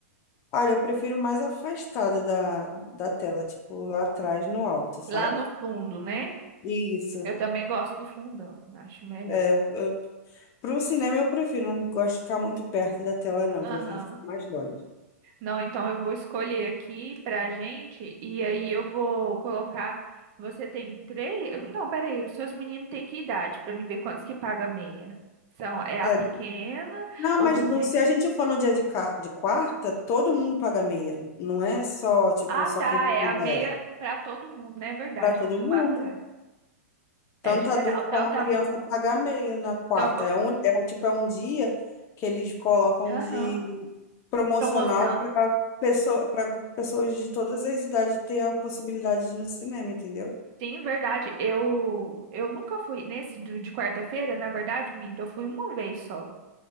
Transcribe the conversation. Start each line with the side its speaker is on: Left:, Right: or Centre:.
Left: Olha, eu prefiro mais afastada da, da tela, tipo lá atrás, no alto, sabe?
Right: Lá no fundo, né?
Left: Isso.
Right: Eu também gosto do fundão, acho melhor.
Left: É, eu, eu, pro cinema eu prefiro, não gosto de ficar muito perto da tela, não.
Right: Aham.
Left: Prefiro ficar mais longe.
Right: Não, então eu vou escolher aqui pra gente e aí eu vou colocar. Você tem três? eu- Não, peraí, os seus meninos têm que idade pra me ver quantos que paga meia? São, é a
Left: É,
Right: pequena,
Left: Não,
Right: o
Left: mas
Right: do
Left: no-
Right: meio.
Left: se a gente for no dia de, ca- de quarta, todo mundo paga meia. Não é só, tipo,
Right: Ah,
Left: só
Right: tá,
Left: quem tem
Right: é a
Left: idade.
Right: meia pra todo mundo, né? É verdade.
Left: Para todo
Right: De
Left: mundo.
Right: quarta é
Left: Tanto
Right: é geral,
Left: adulto
Right: tanto
Left: como criança
Right: adulto.
Left: paga meia na quarta.
Right: Então, vo-
Left: É um, é, um- tipo, é um dia que eles colocam
Right: aham.
Left: de promocional
Right: Promoção.
Left: para pessoa, para pessoas de todas as idades ter a possibilidade de ir no cinema, entendeu?
Right: Sim, verdade. Eu eu nunca fui nesse do- de quarta-feira, na verdade, minto, eu fui uma vez só.